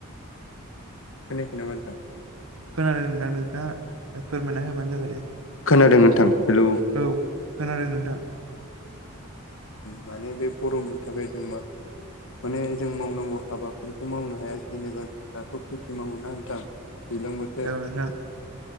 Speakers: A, on the left; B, on the right.
A: खोनायाखै नामा नोंथां?
B: खोनादों नोंथां नोंथाङा फोरमायना होबानो जाबाय दे।
A: खोनादों नोंथां। हेलौ
B: औ खोनादों नोंथां।
A: माने बे गरमनि थाखाय जों मा माने जों मावनांगौ हाबाफोरखौ मावनो हाया जेनेबा दाथ' खेथि मावोना नोंथां। दैज्लां बोथोर।
B: औ नोंथां